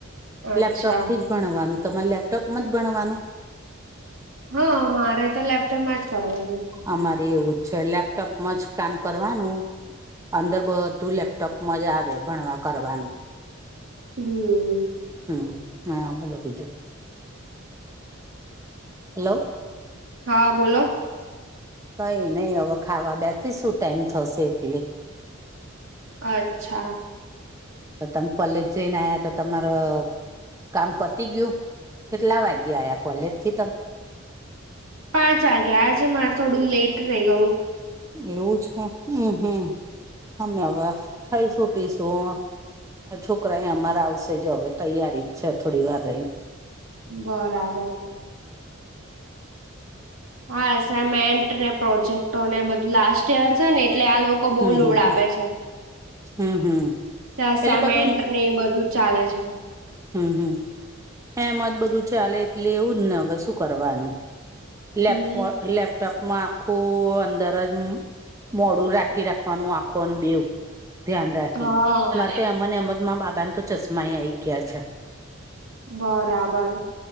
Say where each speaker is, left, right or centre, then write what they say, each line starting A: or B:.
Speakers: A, on the right; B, on the right.
A: અચ્છા
B: લેપટોપથી જ ભણવાનું તમારે લેપટોપમાં જ ભણવાનું
A: હા મારે તો લેપટોપમાં જ ભણવાનુ
B: અમારે એવું જ છે. લેપટોપમાં જ કામ કરવાનું અંદર બધું લેપટોપમા જ આવે ભણવા કરવાનું
A: હમ
B: હ હા બોલો બીજુ હલો
A: હા બોલો
B: કઈ નહી હવે ખાવા બેસી શું ટાઈમ થશે એટલે
A: અચ્છા
B: તો તમે કોલેજ જઈને. આયા તો તમારો કામ પતી ગયું. કેટલા વાગ્યા આયા કોલેજથી તમ
A: પાંચ વાગ્યા આજે મારે થોડું લેટ રહી ગયું.
B: એવું છે, હમ, હમ, હમે હવે ખાઈશું પીશું. છોકરા અ અમારે આવશે જ, હવે તૈયારી જ છે, થોડી વાર રહીને.
A: બરાબર. હા, એસાઈનમેન્ટ ને પ્રોજેક્ટો ને, બધું લાસ્ટ યર છે ને, એટલે આ લોકો બહુ
B: હમ
A: લોડ
B: હમ હમ
A: આપે છે.
B: હમ હમ
A: અસઇમેન્ટ
B: એટલે બધું
A: નને બધું જ ચાલે છે.
B: હું હું. હે મજ બધું ચાલે, એટલે એવું જ ને, હવે શું કરવાનું? લેપ
A: હમ
B: લેપટોપમાં આખું અંદર જ મોડું રાખી રાખો. વાનું આખો બેવ ધ્યાન રાખીને,
A: હા
B: નાતો એમ એમમાં બાબાને તો. ચશ્મા આઈ ગયા છે.
A: બરાબર.